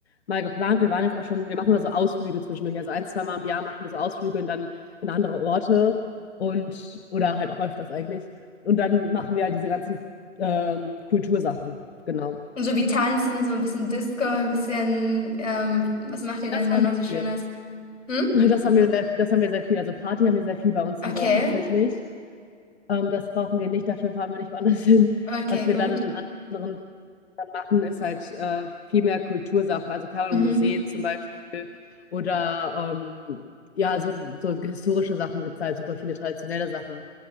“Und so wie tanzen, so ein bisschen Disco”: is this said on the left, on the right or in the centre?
Left